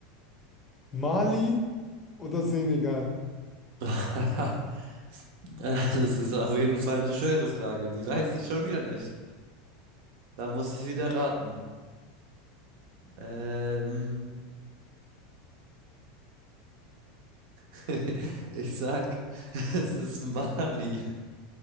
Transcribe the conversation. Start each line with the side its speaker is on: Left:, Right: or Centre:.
Left: Mali oder Senegal?
Right: <laughs> Das ist auf jeden Fall eine schwere Frage. Die weiß ich schon wieder nicht. Da muss ich wieder raten. Ähm, <laughs> ich sag, <laughs> es ist Mali.